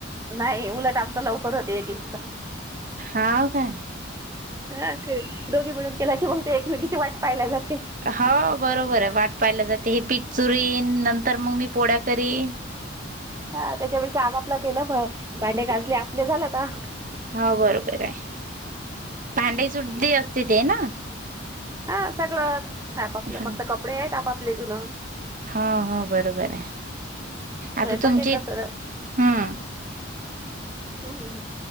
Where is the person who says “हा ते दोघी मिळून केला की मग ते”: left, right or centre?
Right